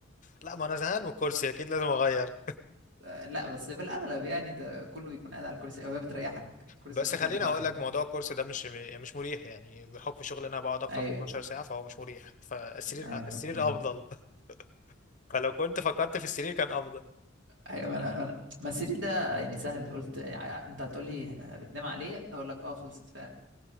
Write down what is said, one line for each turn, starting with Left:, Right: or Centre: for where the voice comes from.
Left: لا ما انا زهقان من الكرسي اكيد لازم اغير
Right: آه، لا بس في الاغلب يعني انت كله بيكون قاعد على الكرسي هو بتريحك الكرسي
Left: بس
Right: في الاخر
Left: خليني
Right: بيريح
Left: اقول
Right: يعني
Left: لك موضوع الكورس ده مش مش مريح يعني بحكم شغلي انا بقعد اكتر
Right: ايوه
Left: من 12 ساعه فهو مش مريح فالسرير
Right: ايوه
Left: السرير
Right: ربنا
Left: افضل
Right: <laughs>
Left: <laughs> فلو كنت فكرت في السرير كان افضل
Right: ايوه ما أنا- ما أنا- ما السرير ده يعني سهل قلت يعني انت هتقول لي بتنام عليه اقول لك اه خلصت فعلا